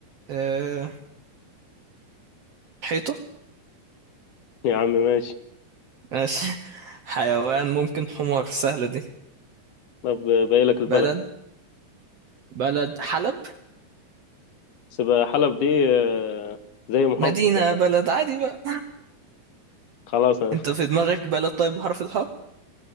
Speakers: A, on the right; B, on the left.
A: أه... حيطة
B: يا عم ماشي
A: ماشي <laughs> حيوان ممكن حمار سهلة دي
B: طب باقي لك البلد
A: بلد بلد حلب
B: بس بقى حلب دي آه، زي محافظة
A: مدينة
B: كده
A: بلد عادي بقى
B: خلاص أنا
A: انت في دماغك بلد طيب بحرف الحاء